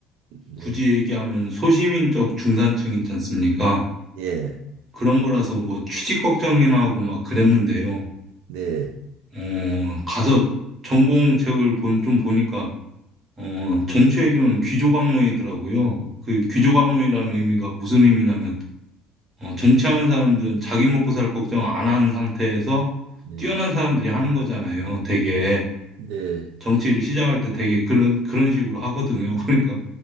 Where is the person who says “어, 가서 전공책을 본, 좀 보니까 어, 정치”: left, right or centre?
Right